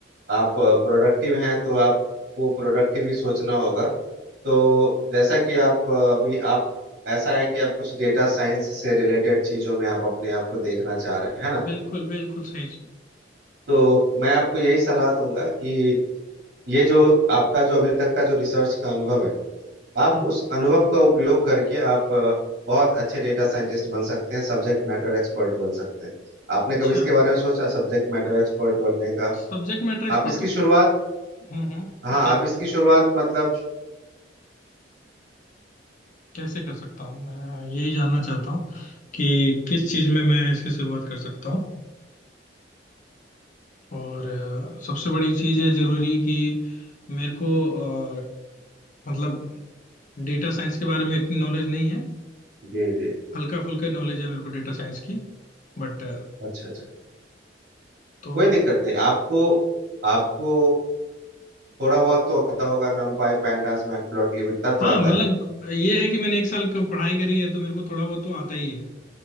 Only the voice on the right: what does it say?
आप प्रोडक्टिव हैं तो आपको प्रोडक्टिव ही सोचना होगा तो जैसा कि आप अ, अभी आप ऐसा है कि आप कुछ डेटा साइंस से रिलेटेड चीजों में आप अपने आप को देखना चाह रहे हैं है ना
तो मैं आपको यही सलाह दूंगा कि ये जो आपका जो अभी तक का जो रिसर्च का अनुभव है आप
उस अनुभव का उपयोग करके आप अ, बहुत अच्छे डेटा साइंटिस्ट बन सकते हैं सब्जेक्ट मैटर एक्सपर्ट बन सकते हैं आपने
कभी इसके बारे में सोचा सब्जेक्ट मैटर एक्सपर्ट बनने का
आप इसकी
शुरुआत
हाँ
आप इसकी
शुरुआत मतलब
जी जी
अच्छा अच्छा
कोई दिक्कत नहीं आपको आपको थोड़ा बहुत तो आता होगा numpy pandas matplotlib इतना
तो आता
है